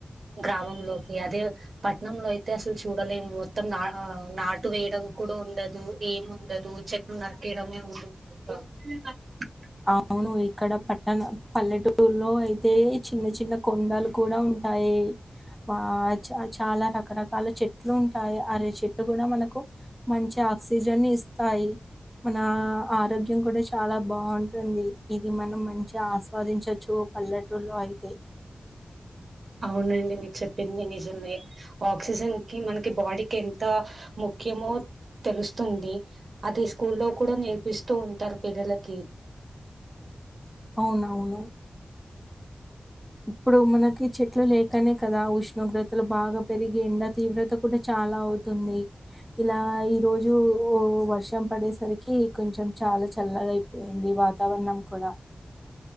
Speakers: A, on the right (about 75°); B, in the centre.
A: గ్రామంలోకి అదే పట్నంలో అయితే అసలు చూడలేము మొత్తం నా ఆ నా టు వేయడం కూడా ఉండదు ఏమి ఉండదు ఉ <unintelligible>
B: అవును ఇక్కడ పట్టణ పల్లెటూరులో అయితే చిన్న చిన్న కొండలు కూడా ఉంటాయి ఆ చ చాలా రకరక చాలా చెట్లు ఉంటాయి అర చెట్ కూడా మనకు మంచి ఆక్సిజన్ ఇస్తాయి మన ఆరోగ్యం కూడా చాలా బాగుంట ఉంటుంది ఇది మనం మంచిగా ఆస్వాదించచ్చు పల్లెటూలో అయితే
A: అవునండి మీకు చెప్పింది నిజమే ఆక్సిజన్కి మనకి బాడీ ఎంత ముఖ్యమో తెలుస్తుంది అది స్కూల్లో కూడా నేర్పిస్తూ ఉంటారు పిల్లలకి
B: అవునవును ఇప్పుడు మనకి చెట్లు లేకనే కదా ఉష్ణోగ్రతలు బాగా పెరిగి ఎండ తీవ్రత కూడా చాలా అవుతుంది ఇలా ఈ రోజుఓ వర్షం పడేసరికి కొంచెం చాలా చల్లగా అయిపోయింది వాతావరణం కూడా